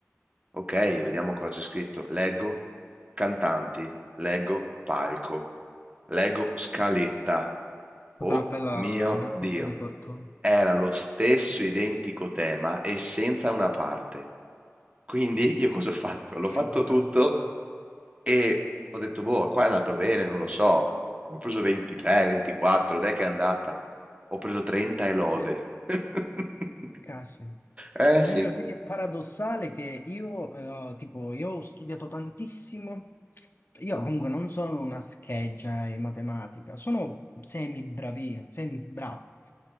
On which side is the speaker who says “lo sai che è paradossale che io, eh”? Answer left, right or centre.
Left